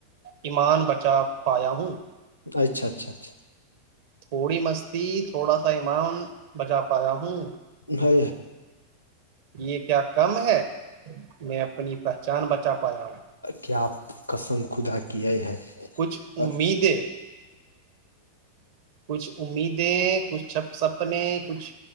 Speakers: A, on the right; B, on the left.
A: ایمان بچا پایا ہوں
B: اچھا اچھا اچھا
A: تھوڑی مستی تھوڑا سا ایمان بجا پایا ہوں
B: ہے
A: یہ کیا کم ہے میں اپنی پہچان بچا پایا ہوں
B: کیا قسم خدا کی ہے
A: کچھ
B: اور
A: امیدیں کچھ امیدیں کچھ چھپ سپنے کچھ